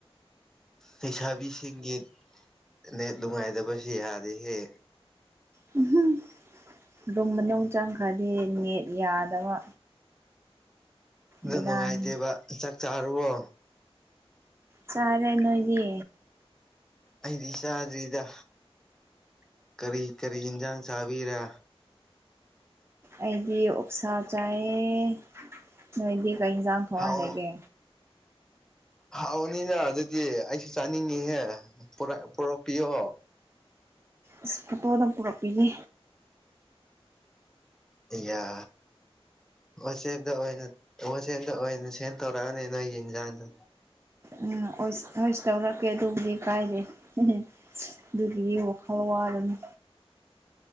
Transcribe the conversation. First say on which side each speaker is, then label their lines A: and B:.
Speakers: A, in the centre; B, on the right.
A: ꯂꯩꯁꯥꯕꯤꯁꯤꯡꯒꯤ ꯅ ꯅꯨꯡꯉꯥꯏꯇꯕꯁꯨ ꯌꯥꯔꯦꯍꯦ
B: ꯎꯝ ꯔꯨꯝ ꯃꯅꯨꯡ ꯆꯪꯈ꯭ꯔꯗꯤ ꯅꯦꯠ ꯌꯥꯗꯕ
A: ꯑꯗꯨ
B: ꯕꯦꯔꯥꯅꯤ
A: ꯅꯨꯡꯉꯥꯏꯇꯦꯕ ꯆꯥꯛ ꯆꯥꯔꯨꯕꯣ
B: ꯆꯥꯔꯦ ꯅꯣꯏꯗꯤ
A: ꯑꯩꯗꯤ ꯏꯆꯥꯗ꯭ꯔꯤꯗ ꯀꯔꯤ ꯀꯔꯤ ꯌꯦꯟꯁꯥꯡ ꯆꯥꯕꯤꯔ
B: ꯑꯩꯗꯤ ꯑꯣꯛꯁꯥ ꯆꯥꯏꯑ ꯅꯣꯏꯗꯤ ꯀ ꯏꯟꯁꯥꯡ ꯊꯣꯛꯍꯟꯂꯩꯒꯦ
A: ꯍꯥꯎ ꯍꯥꯎꯅꯤꯅ ꯑꯗꯨꯗꯤ ꯑꯩꯁꯨ ꯆꯥꯅꯤꯡꯉꯤꯍꯦ ꯄꯨꯔꯛꯄꯤꯌꯣ
B: ꯑꯁ ꯐꯣꯇꯣꯗ ꯄꯨꯔꯛꯄꯤꯒꯦ
A: ꯌꯥ ꯋꯥꯆꯦꯞꯇ ꯑꯣꯏꯅ ꯋꯥꯆꯦꯞꯇ ꯑꯣꯏꯅ ꯁꯦꯟ ꯇꯧꯔꯛꯑꯅꯤ ꯅꯣꯏꯒꯤ ꯌꯦꯟꯖꯥꯡꯁ
B: ꯎꯝ ꯍꯣꯏꯁ ꯇꯧꯔꯛꯀꯦ ꯑꯗꯨꯕꯨꯗꯤ ꯀꯥꯏꯗꯦ ꯎ ꯑꯗꯨꯗꯒꯤꯕ ꯈꯋꯥꯅ